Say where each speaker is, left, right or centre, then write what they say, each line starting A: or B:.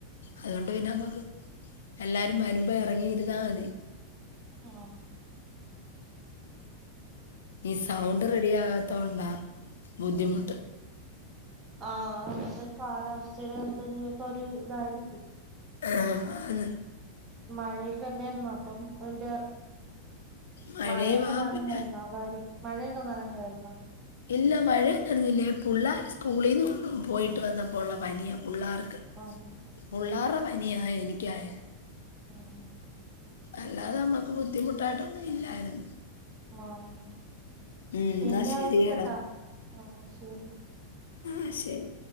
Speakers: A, on the left (about 65°); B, on the right (about 25°).
A: അതുകൊണ്ട് പിന്നെ നമ്മക്ക് എല്ലാരും വരുമ്പ എറങ്ങിയിരുന്നാ മതി
B: ആ
A: ഈ സൗണ്ട് റെഡി ആകത്ത കൊണ്ടാ ബുദ്ധിമുട്ട്
B: ആ അത്തെ കാലാവസ്ഥയില എന്തങ്കിലു ഒക്കെ ഒരു ഇതായിരിക്കും
A: ആ അന്ന്
B: മഴയൊക്കല്ലായിരുന്നു അപ്പം അതിന്റാ
A: മഴയുവാ
B: മഴയൊക്കെ പറഞ്ഞഅതായിരിക്കും
A: പിന്നെ
B: മഴയൊക്കെ നനഞ്ഞാരുന്ന
A: ഇല്ല മഴെന്നും നനഞ്ഞില്ല ഈപുള്ളാര് സ്കൂളിന്ന് വന്ന പോയിട്ട് വന്നപ്പോള്ള പനിയാ പുള്ളാർക്ക്
B: ആഹ്
A: പുള്ളാർട
B: ഉം
A: പനിയാ എനിക്ക്. <unintelligible>
B: ഉം
A: അല്ലാതെ അമ്മ ക്ക് ബുദ്ധിമുട്ടായിട്ടൊന്നും ഇല്ലായിരുന്നു.
B: ആഹ്
A: ഉം
B: പിന്നെ
A: എന്നാ ശരിയടാ
B: വയ്ക്കാട്ടെ ആഹ് ശരി.
A: ആ ശരി.